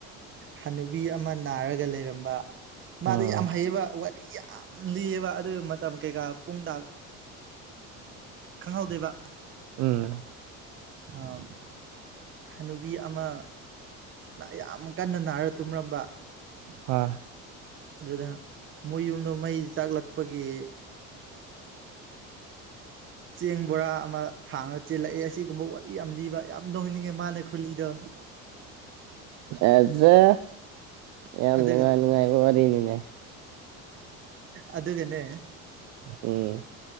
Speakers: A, on the right; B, on the right.
A: ꯍꯅꯨꯕꯤ ꯑꯃ ꯅꯥꯔꯒ ꯂꯩꯔꯝꯕ ꯃꯥꯗ
B: ꯎꯝ
A: ꯌꯥꯝ ꯍꯩꯌꯦꯕ ꯋꯥꯔꯤ ꯌꯥꯝ ꯂꯤꯑꯕ ꯑꯗꯨꯒꯤ ꯃꯇꯝ ꯀꯩꯀꯥ ꯄꯨꯡꯇ ꯈꯪꯍꯧꯗꯦꯕ
B: ꯎꯝ
A: ꯑꯥ ꯍꯅꯨꯕꯤ ꯑꯃ ꯌꯥꯝ ꯀꯟꯅ ꯅꯥꯔ ꯇꯨꯝꯔꯝꯕ
B: <unintelligible>
A: ꯑꯗꯨꯗ ꯃꯣꯏ ꯌꯨꯝꯗ ꯃꯩ ꯆꯥꯛꯂꯛꯄꯒꯤ
B: <unintelligible>
A: ꯆꯦꯡ ꯕꯣꯔꯥ ꯑꯃ ꯊꯥꯡꯅ ꯆꯦꯜꯂꯛꯑꯦ ꯑꯁꯤꯒꯨꯝꯕ ꯋꯥꯔꯤ ꯌꯥꯝ ꯂꯤꯕ ꯌꯥꯝ ꯅꯣꯡꯅꯤꯡꯉꯦ ꯃꯥꯅ ꯈꯨꯔꯂꯤꯗꯣ
B: ꯑꯖꯥ ꯌꯥꯝ
A: ꯑꯗꯨꯒ
B: ꯅꯨꯡꯉꯥꯏ ꯅꯨꯡꯉꯥꯏꯕ ꯋꯥꯔꯤꯅꯤꯅꯦ
A: ꯑꯗꯨꯒꯅꯦ
B: ꯎꯝ